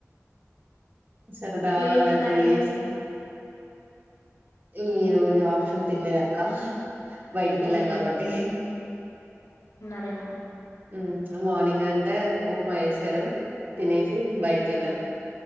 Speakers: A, on the right; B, on the left.
A: సరదాగా
B: హు
A: అలా తిరిగేసి ఈ రోజు ఆప్షన్ తిన్నదక్క బైటికెళ్లాం
B: తినలేదు
A: కాబట్టి
B: ప్రేమ
A: హు చ్ మార్నింగ్ అంతా ఉప్మా ఎశారు, తినేసి బయటికెళ్ళాం,